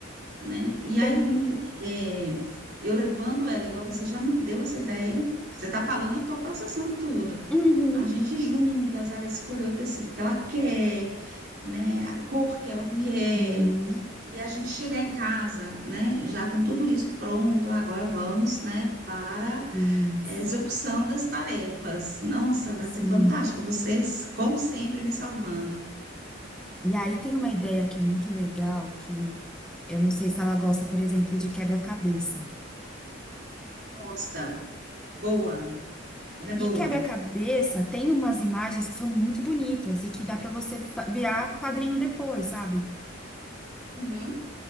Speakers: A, on the right; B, in the centre.
A: né? E aí,
B: tem.
A: é, eu levando ela, igual você já me deu essa ideia, você está falando, eu estou processando tudo.
B: Uhum,
A: A gente juntas, ela escolheu o tecido que ela quer, né, a cor que ela
B: uhum,
A: quer, e a gente chegar em casa, né, já com tudo isso pronto, agora vamos, né, para
B: isso,
A: é execução das tarefas. Nossa, vai
B: sim.
A: ser fantástico. Vocês, como sempre, me salvando.
B: E aí tem uma ideia que é muito legal, que eu não sei se ela gosta, por exemplo, de quebra-cabeça.
A: Gosta. Boa. Ela é boa.
B: E quebra-cabeça tem umas imagens que são muito bonitas e que dá para você fa- virar quadrinho depois, sabe?
A: Uhum.